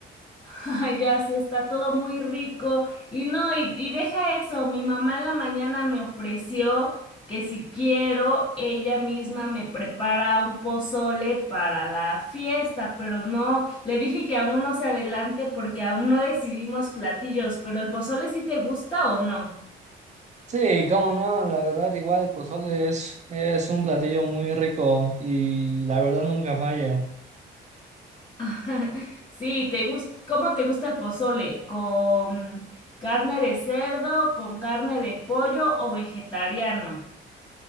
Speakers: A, on the left; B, on the right.
A: Ay, ya se está todo muy rico. Y no, y, y deja eso, mi mamá en la mañana me ofreció que si quiero, ella misma me prepara un pozole para la fiesta, pero no, le dije que aún no se adelante porque aún no decidimos platillos, pero el pozole sí te gusta o no.
B: Sí, cómo no, la verdad, igual el pozole es, es un platillo muy rico y la verdad nunca falla.
A: <laughs> Sí, te gusta, ¿cómo te gusta el pozole? ¿Con carne de cerdo, con carne de pollo o vegetariano?